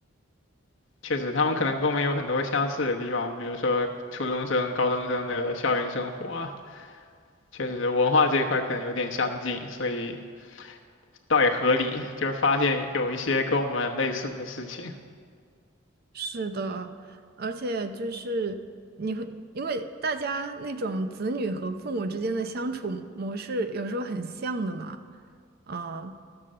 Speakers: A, on the left; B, on the right.
A: 确实他们可能跟我们有很多相似的地方，比如说初中生、高中生的校园生活啊，确实文化这一块可能有点相近，所以倒也合理，就是发现有一些跟我们类似的事情。
B: 是的，而且就是你会，因为大家那种子女和父母之间的相处模式有时候很像的嘛，啊、